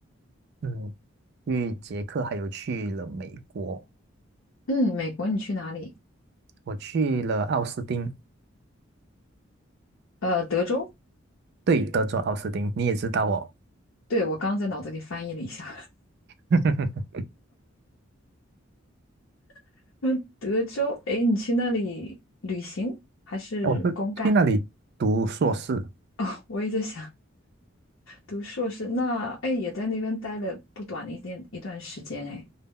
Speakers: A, on the right (about 55°); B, on the left (about 75°).
A: 嗯去捷克还有去了美国，
B: 嗯，美国，你去哪里？
A: 我去了奥斯汀，
B: 呃，德州。
A: 对，德州奥斯汀，你也知道哦。
B: 对，我刚在脑子里翻译了一下，
A: <laughs>
B: <laughs> 嗯，德州，哎，你去那里旅行还是公干？
A: 我是去那里读硕士，
B: <laughs> 我也在想，读硕士，那哎也在那边待了不短的一段一段时间，哎，